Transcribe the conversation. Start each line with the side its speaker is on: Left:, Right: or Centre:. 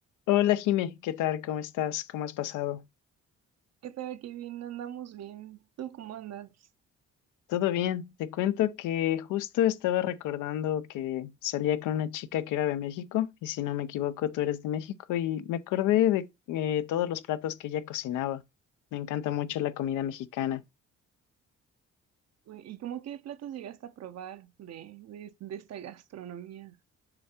Left: Hola Jime, ¿qué tal? ¿Cómo estás? ¿Cómo has pasado?
Right: ¿Qué tal, Kevin? Andamos bien. ¿Tú cómo andas?
Left: Todo bien. Te cuento que justo estaba recordando que salía con una chica que era de México y si no me equivoco tú eres de México y me acordé de eh, todos los platos que ella cocinaba. Me encanta mucho la comida mexicana.
Right: Uy, ¿Y cómo qué platos llegaste a probar de, de- de esta gastronomía?